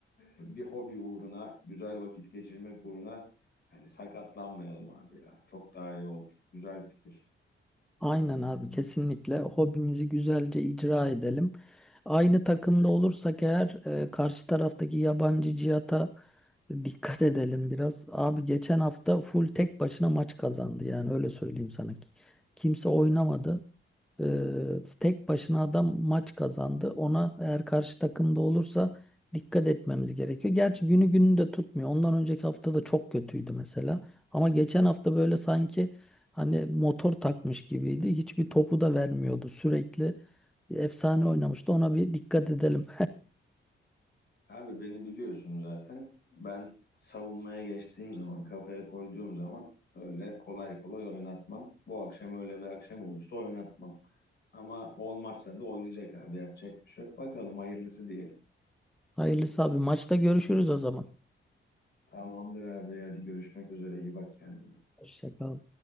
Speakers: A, on the left; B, in the centre.
A: bir hobi uğruna, güzel vakit geçirmek uğruna hani sakatlanmayalım abi ya. Çok daha iyi olur. Güzel fikir.
B: Aynen abi kesinlikle hobimizi güzelce icra edelim. Aynı takımda olursak eğer e, karşı taraftaki yabancı cihata dikkat edelim biraz. Abi geçen hafta full tek başına maç kazandı yani öyle söyleyeyim sana. Kimse oynamadı. Ee, tek başına adam maç kazandı. Ona eğer karşı takımda olursa dikkat etmemiz gerekiyor. Gerçi günü gününü de tutmuyor. Ondan önceki hafta da çok kötüydü mesela. Ama geçen hafta böyle sanki hani motor takmış gibiydi. Hiçbir topu da vermiyordu. Sürekli efsane oynamıştı. Ona bir dikkat edelim.
A: Abi beni biliyorsun zaten. Ben savunmaya geçtiğim zaman, kafaya koyduğum zaman öyle kolay kolay oynatmam. Bu akşam öyle bir akşam olursa oynatmam. Ama olmazsa da oynayacak abi. Yapacak bir şey yok. Bakalım hayırlısı diyelim.
B: Hayırlısı abi. Maçta görüşürüz o zaman.
A: Tamamdır abi. Hadi görüşmek üzere. İyi bak kendine.
B: Hoşça kal.